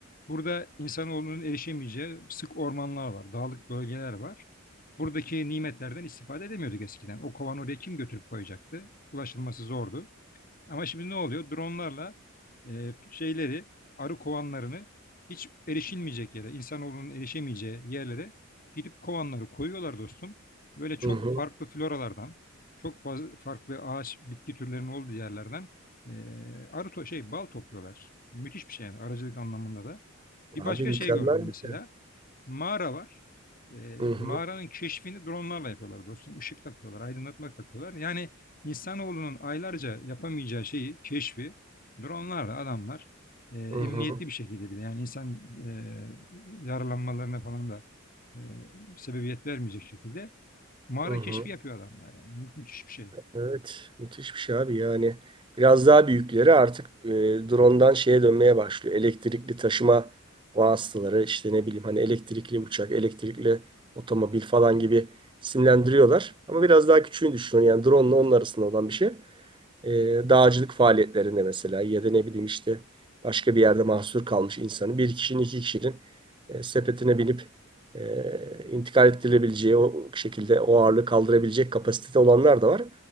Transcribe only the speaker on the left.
Burada insanoğlunun erişemeyeceği sık ormanlar var, dağlık bölgeler var. Buradaki nimetlerden istifade edemiyorduk eskiden. O kovanı oraya kim götürüp koyacaktı? Ulaşılması zordu. Ama şimdi ne oluyor? Dronlarla e, şeyleri, arı kovanlarını hiç erişilmeyecek yere, insanoğlunun erişemeyeceği yerlere gidip kovanları koyuyorlar dostum. Böyle çok
farklı floralardan, çok fazla farklı ağaç, bitki türlerinin olduğu yerlerden e, arı to şey bal topluyorlar. Müthiş bir şey yani arıcılık anlamında da. Bir
başka
şey gördüm mesela
mağara var. E,
mağaranın keşfini dronlarla yapıyorlar dostum. Işık takıyorlar, aydınlatma takıyorlar. Yani insanoğlunun aylarca yapamayacağı şeyi, keşfi dronlarla adamlar e, emniyetli
bir şekilde bile, yani insan e, yaralanmalarına falan da e, sebebiyet vermeyecek şekilde mağara
keşfi yapıyor adamlar yani. Mü- Müthiş bir şey.